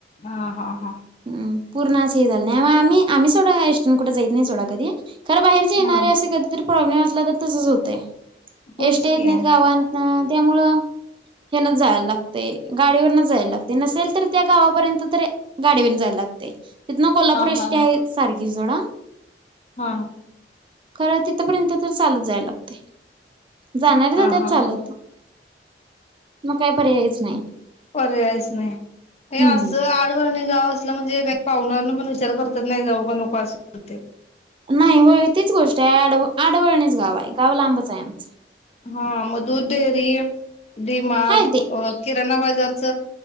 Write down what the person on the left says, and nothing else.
ह ह हा.
हा
होयच
की
हा
हा
हा.
हा हा
हा
पर्यायच नाही हे
असं आडवळनी. जाऊ असलं म्हणजे पाहणारण विचार करतात नाही जाऊ का नको असं.
हा म दुध डेअरी डी मार्ट
अ
किराणा बाजारच.